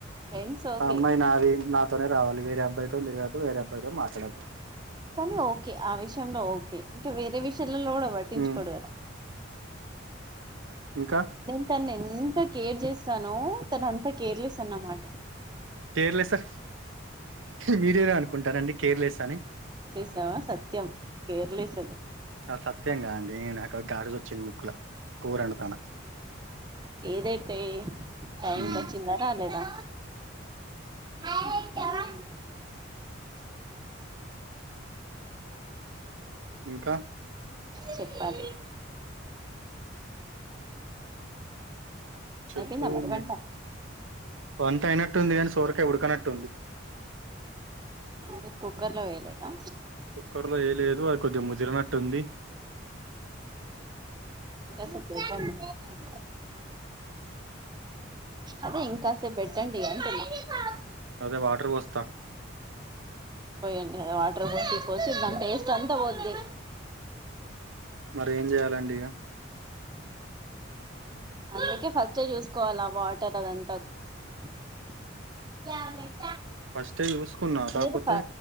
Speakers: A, on the right; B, on the right.
A: ఫ్రెండ్స్ ఓకే
B: అమ్మాయి నాది నా తనే రావాలి. వేర అబ్బాయితోన్ తిరుగోదు, వేర అబ్బయితోన్ మాట్లాడొద్దు.
A: కానీ ఓకే, ఆ విషయంలో ఓకే అంటే వేరే విషయాలలో గూడా వట్టించుకోడ్
B: ఉమ్
A: గదా
B: ఇంకా
A: నేన్ తన్ ఎంత కేర్ జేస్తానో, తను అంత కేర్లేస్ అన్నమాట.
B: కేర్లెసా మీరేరా అనుకుంటారండి. కేర్లెస్ అని
A: చేసావా సత్యం. కేర్లీస్ అది
B: అద్ సత్యం గదండి. నాకు గాడిజోచ్చింది. ముక్కులా కూర అండుతానా.
A: ఏదైతే ఏ టైంకి
B: ఉమ్
A: వచ్చిందా రాలేదా. హుహ్
B: ఇంకా
A: చెప్పాలి
B: చెప్పు
A: అయిపోందా మరి
B: మీ
A: వంట.
B: వంట అయినట్టుంది గాని సోరకాయ్ ఉడకనట్టు ఉంది.
A: పు కుక్కర్లో వేయలేదా.
B: కుక్కర్లో ఏయ్యలేదు అది కొద్దిగ్ ముదిరనట్టుంది.
A: ఇంకాసేపు ఏయిపోయినవ్ అదే ఇంకాసేపు పెట్టండి. అంటున్నా
B: దా వాటర్ ఓస్తా
A: పోయండి. అద్ వాటర్ బోసి పోసి దాని టేస్ట్ అంత వోద్ది.
B: మరి ఏం జేయాలండి ఇగా
A: అందుకే ఫస్ట్ ఏ చూసుకోవాలా వాటర్ అదంతా <unintelligible>
B: ఫస్ట్ ఏ చూసుకున్నా కాకపోతే
A: మీరు ప